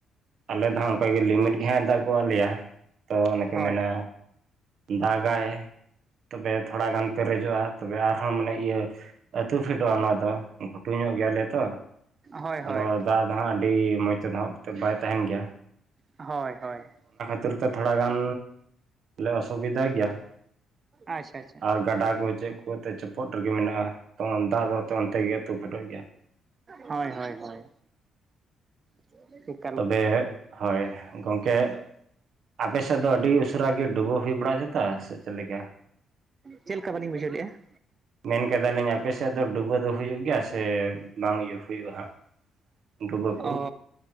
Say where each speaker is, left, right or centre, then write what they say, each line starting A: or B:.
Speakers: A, on the right; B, on the right.
A: ᱟᱞᱮ ᱫᱚ ᱦᱟᱸᱜ ᱚᱱᱠᱟ ᱜᱮ ᱞᱤᱢᱤᱴ ᱜᱮ ᱦᱟᱜ ᱮ ᱫᱟᱜ ᱜᱚᱫ ᱟᱞᱮᱭᱟ, ᱛᱚ ᱚᱱᱮ ᱠᱚ
B: ᱦᱳᱭ
A: ᱢᱮᱱᱟ ᱫᱟᱜ ᱜᱟᱭ ᱛᱚᱵᱮ ᱛᱷᱚᱲᱟ ᱜᱟᱱ ᱯᱮᱨᱮᱡᱚᱜᱼᱟ ᱛᱚᱵᱮ ᱟᱨᱦᱚᱸ ᱢᱟᱱᱮ ᱤᱭᱟᱹ ᱟᱹᱛᱩ ᱯᱷᱮᱰᱚᱜᱼᱟ ᱚᱱᱟ ᱫᱚ ᱜᱷᱩᱴᱩ ᱧᱚᱜ ᱜᱮᱭᱟ ᱞᱮ ᱛᱚ ᱾
B: ᱦᱳᱭ
A: ᱟᱫᱚ
B: ᱦᱳᱭ
A: ᱫᱟᱜ ᱫᱚ ᱦᱟᱸᱜ ᱟᱹᱰᱤ ᱢᱚᱡᱽ ᱛᱮᱫᱚ ᱦᱟᱜ ᱵᱟᱭ ᱛᱟᱦᱮᱱ ᱜᱮᱭᱟ ᱾
B: ᱦᱳᱭ ᱦᱳᱭ ᱾
A: ᱠᱷᱟᱹᱛᱤᱨ ᱛᱮ ᱛᱷᱚᱲᱟ ᱜᱟᱱ ᱞᱮ ᱚᱥᱩᱵᱤᱫᱟ ᱜᱮᱭᱟ ᱾
B: ᱟᱪᱪᱷᱟ ᱟᱪᱪᱷᱟ ᱾
A: ᱟᱨ ᱜᱟᱰᱟ ᱠᱚ ᱪᱮᱫ ᱠᱚ ᱛᱮ ᱪᱚᱯᱚᱫ ᱨᱮᱜᱮ ᱢᱮᱱᱟᱜᱼᱟ ᱾ ᱛᱚ ᱫᱟᱜ ᱫᱚ ᱛᱚᱵᱮ ᱚᱱᱛᱮ ᱜᱮ ᱟᱹᱛᱩ ᱯᱷᱮᱴᱚᱜ ᱜᱮᱭᱟ ᱾
B: ᱦᱳᱭ ᱦᱳᱭ ᱦᱳᱭ <unintelligible>
A: ᱛᱚᱵᱮ ᱦᱳᱭ, ᱜᱚᱢᱠᱮ ᱟᱯᱮ ᱥᱮᱫ ᱫᱚ ᱟᱹᱰᱤ ᱩᱥᱟᱹᱨᱟ ᱜᱮ ᱰᱩᱵᱟᱹ ᱦᱩᱭ ᱵᱟᱲᱟ ᱥᱮ ᱪᱮᱫ ᱞᱮᱠᱟ?
B: ᱪᱮᱫ ᱞᱮᱠᱟ ᱵᱟᱹᱞᱤᱧ ᱵᱩᱡᱷᱟᱹᱣ ᱞᱮᱫᱼᱟ ᱾
A: ᱢᱮᱱ ᱠᱮᱫᱟᱞᱤᱧ ᱟᱯᱮ ᱥᱮᱫ ᱫᱚ ᱰᱩᱵᱟᱹ ᱫᱚ ᱦᱩᱭᱩᱜ ᱜᱮᱭᱟ ᱥᱮ ᱵᱟᱝ ᱤᱭᱟᱹ ᱦᱩᱭᱩᱜ-ᱟ ᱦᱟᱸᱜ ᱰᱩᱵᱟᱹ ᱠᱚ
B: ᱚ
A: ᱾